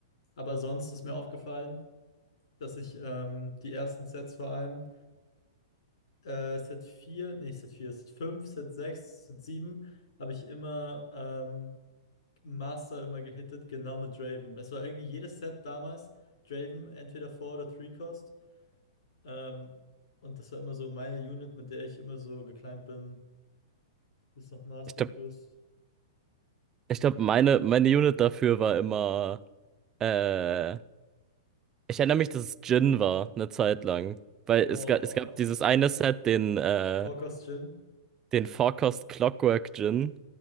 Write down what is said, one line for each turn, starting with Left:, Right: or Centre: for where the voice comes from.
Left: Aber sonst ist mir aufgefallen, dass ich ähm, die ersten Sets vor allem, äh, Set vier nee, nicht Set vier Set fünf Set sechs Set 7 habe ich immer ähm, Master immer gehittet, genau mit Draven. Es war irgendwie jedes Set damals Draven, entweder 4 oder 3 Cost. Ähm, und das war immer so meine Unit, mit der ich immer so geclimbed bin. Bis noch Master
Right: Ich glaube,
Left: plus.
Right: ich glaub, meine, meine Unit dafür war immer. Äh, ich erinnere mich, dass es Jhin war, eine Zeit lang. Weil
Left: Boah.
Right: es gab, es gab dieses eine Set, den, äh,
Left: 4 Cost Jhin.
Right: den Forecast Clockwork Jhin,